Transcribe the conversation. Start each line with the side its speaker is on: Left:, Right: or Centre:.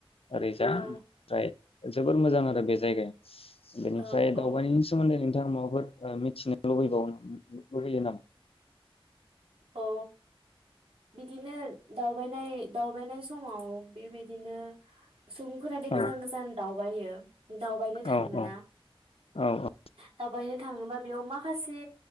Left: ओरैजा ओमफ्राय
Right: औ
Left: जोबोर मोजां आरो बे जायगाया बेनिफ्राय
Right: औ
Left: दावबायनि
Right: औ
Left: सोमोन्दै नों नोंथां माबाफोर ओ मिथिनो लुबैबावो लुबैयो नामा?
Right: अ बिदिनो दावबायनाय दावबायनाय समाव बेबायदिनो सुबुंफोरा दि
Left: औ
Right: गोजान गोजान दाउ बायो। दावबायनो थाङोना
Left: औ औ औ औ
Right: दावबायनो थाङोबा बेयाव माखासे